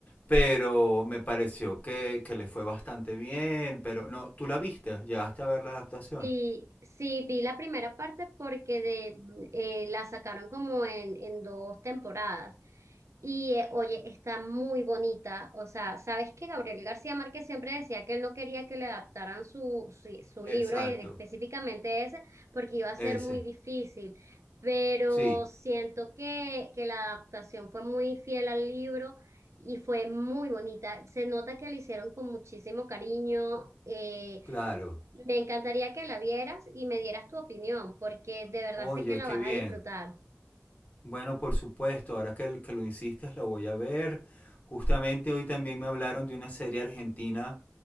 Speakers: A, on the left (about 30°); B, on the right (about 75°).
A: pero me pareció que, que le fue bastante bien, pero no, tú la viste, llegaste a ver la adaptación.
B: Sí, sí, vi la primera parte porque de, eh, la sacaron como en, en dos temporadas. Y eh, oye, está muy bonita. O sea, ¿sabes que Gabriel García Márquez siempre decía que él no quería que le adaptaran su, su, su
A: Exacto,
B: libro, eh, específicamente ese, porque iba a ser
A: ese,
B: muy difícil? Pero
A: sí,
B: siento que, que la adaptación fue muy fiel al libro y fue muy bonita. Se nota que la hicieron con muchísimo cariño. eh,
A: claro.
B: me encantaría que la vieras y me dieras tu opinión, porque de verdad
A: Oye,
B: sé que la
A: qué
B: vas
A: bien.
B: a disfrutar.
A: Bueno, por supuesto, ahora que, que lo insistes, lo voy a ver. Justamente hoy también me hablaron de una serie argentina